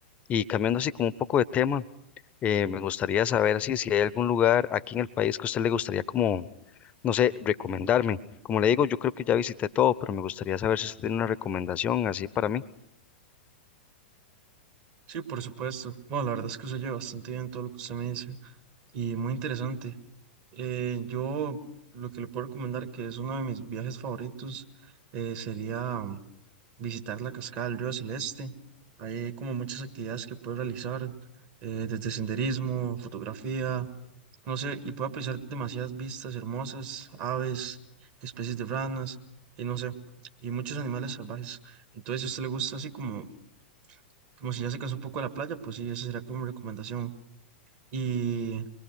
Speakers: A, on the left (about 25°); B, on the right (about 40°).
A: Y cambiando así como un poco de tema, eh, me gustaría saber así, si hay algún lugar aquí en el país que a usted le gustaría como no sé, recomendarme. Como le digo, yo creo que ya visité todo, pero me gustaría saber si usted tiene una recomendación así para mí.
B: Sí, por supuesto. Bueno, la verdad es que se oye bastante bien todo lo que usted me dice y muy interesante. Eh, yo lo que le puedo recomendar, que es uno de mis viajes favoritos, eh, sería mm, visitar la cascada del río Celeste. Hay como muchas actividades que puede realizar, eh, desde senderismo, fotografía No sé, y puedo apreciar demasiadas vistas hermosas, aves, especies de ranas, y no sé, y muchos animales salvajes. Entonces, si a usted le gusta así como, como si ya se cansó un poco de la playa, pues sí, esa sería como mi recomendación. Y